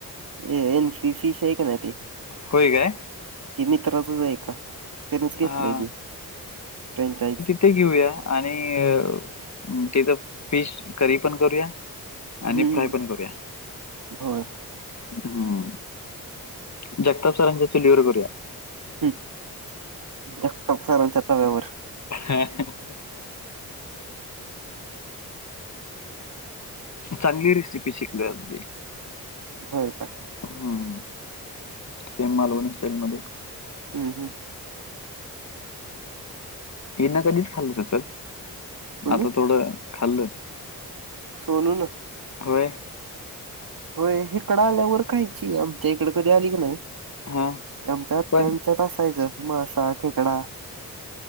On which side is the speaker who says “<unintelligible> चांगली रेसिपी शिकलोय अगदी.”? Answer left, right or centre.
Left